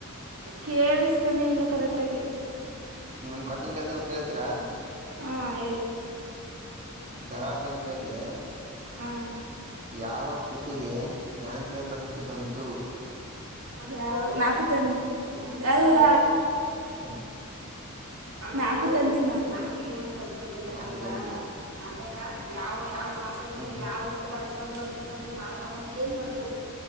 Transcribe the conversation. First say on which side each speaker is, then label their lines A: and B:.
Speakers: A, on the right (about 75°); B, on the right (about 35°).
A: ಕೇಳಿಸ್ತಾನೆ ಇಲ್ಲ ಕರೆಕ್ಟಾಗಿ.
B: ನಿಮಗೊಂದು ಕೊಸ್ಯಾನ್ ಕೇಳ್ತೀನಿ ಉತ್ತರ ಹೇಳ್ತೀರಾ.
A: ಹಾ ಹೇಳಿ.
B: ದರಾ ಬೇಂದ್ರಗೆ
A: ಹಾಂ
B: ಯಾವ ಕೃತಿಗೆ ಜ್ಞಾನಪೀಠದ ಪ್ರಶಸ್ತಿ ಬಂತು.
A: ಯಾವ ನಾಕು ತಂತಿ ಅಲ್ಲ.
B: ಹ.
A: ನಾಕು ತಂತಿನ. ಬಂದಿಲ್ಲ
B: ನಾಲ್ಕು
A: ನಂಗಾ
B: ಅಂತೀನಿ
A: ಅದಕ ಯಾವ ಯಾವ ಸಂತೋಷಿಗೆ
B: ಹ್ಮ್
A: ಯಾವತ್ತು ಹೊಡ್ <unintelligible> ಎನ್ ಬಂದಿದ್ದು.